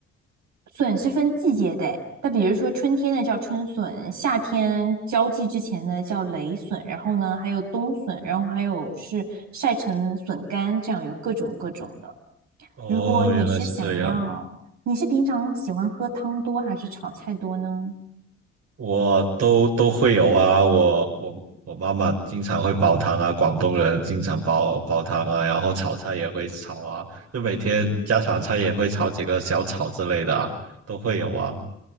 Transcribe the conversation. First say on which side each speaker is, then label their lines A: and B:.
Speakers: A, on the right (about 75°); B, on the right (about 55°).
A: 笋是分季节的诶，那比如说春天的叫春笋，夏天交际之前呢叫雷笋，然后呢还有冬笋，然后还有是晒成笋干，这样有各种各种的。
B: 哦，
A: 如果你是想要，
B: 原来是这样，
A: 你是平常喜欢喝汤多还是炒菜多呢？
B: 我都都会有啊。我我我妈妈经常会煲汤啊，广东人经常煲煲汤啊，然后炒菜也会炒啊，就每天家常菜也会炒几个小炒之类的啊，都会有啊。